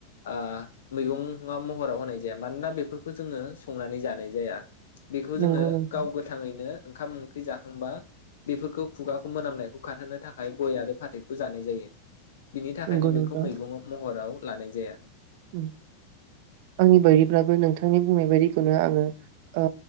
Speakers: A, on the left (about 60°); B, on the right (about 50°).
A: ओ मैगंआ महराव होनाय जाया मानोना बेफोर खौ जोङो संनानै जानाय जाया। बेखौ
B: नंगौ
A: जोङो
B: नोंथां
A: गाव गोथाङैनो ओंखाम ओंख्रि जाखांबा बेफोरखौ खुगाखौ मोनामनायखौ खारहोनो थाखाय गय आरो फाथैखौ जानाय जायो। बिनि थाखायनो
B: नंगौ
A: बेखौ
B: नोंथां
A: मैगं महराव लानाय जाया
B: उम आंनि बायदिब्लाबो नोंथांनि बुंनाय बायदिखौनो आङो ओ